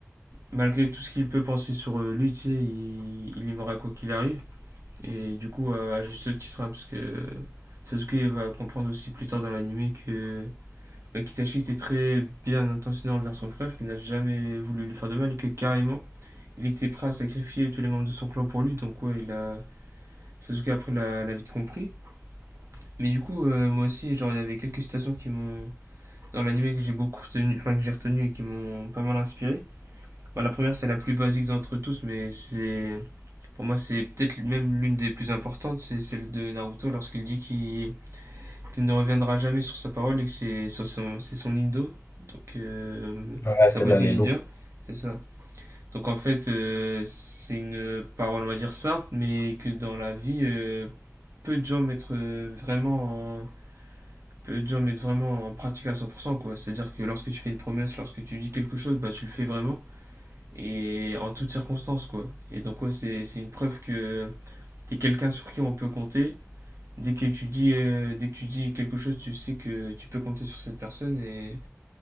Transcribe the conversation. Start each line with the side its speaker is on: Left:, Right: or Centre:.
Right: malgré tout ce qu'il peut penser sur euh, lui, tu sais, il, il aimera quoi qu'il arrive. Et du coup, à, à juste titre, hein, parce que Sasuke va comprendre aussi plus tard dans l'anime que bah, Kitashi était très bien intentionné envers son frère, qu'il n'a jamais voulu lui faire de mal et que carrément, il était prêt à sacrifier tous les membres de son clan pour lui. Donc ouais, il a... Sasuke après l'a l'a vite compris. Mais du coup, euh, moi aussi, genre, il y avait quelques citations qui m'ont... Dans l'anime que j'ai beaucoup retenu, enfin que j'ai retenu et qui m'ont pas mal inspiré. Bah, la première, c'est la plus basique d'entre tous, mais c'est... Pour moi, c'est peut-être même l'une des plus importantes, c'est celle de Naruto lorsqu'il dit qu'il qu'il ne reviendra jamais sur sa parole et que c'est son, c'est son indo, donc euh,
Left: Ouais,
Right: sa
Left: celle-là,
Right: voix du
Left: elle
Right: ninja,
Left: est lourde.
Right: c'est ça. Donc en fait, euh, c'est une parole, on va dire, simple, mais que dans la vie, euh, peu de gens mettent euh, vraiment en, peu de gens mettent vraiment en pratique à 100%, quoi. C'est-à-dire que lorsque tu fais une promesse, lorsque tu dis quelque chose, bah, tu le fais vraiment, et en toutes circonstances, quoi. Et donc, ouais, c'est c'est une preuve que t'es quelqu'un sur qui on peut compter, Dès que tu dis, euh, dès que tu dis quelque chose, tu sais que tu peux compter sur cette personne. Et,